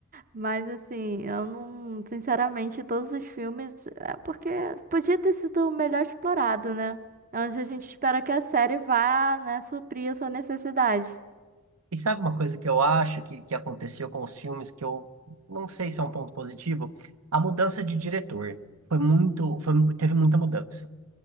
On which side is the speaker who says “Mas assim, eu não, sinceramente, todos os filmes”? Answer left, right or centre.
Right